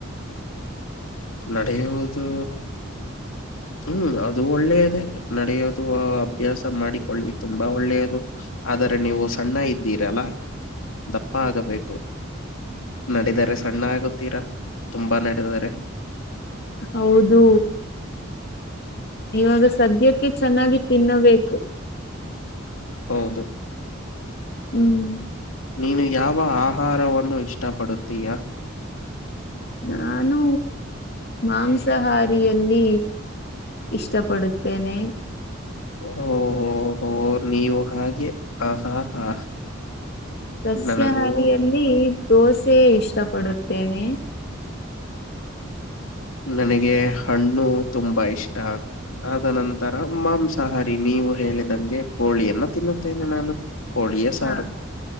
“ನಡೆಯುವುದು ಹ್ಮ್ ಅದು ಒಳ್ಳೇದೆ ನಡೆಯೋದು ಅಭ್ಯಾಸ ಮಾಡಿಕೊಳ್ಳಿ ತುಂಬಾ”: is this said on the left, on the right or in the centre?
Left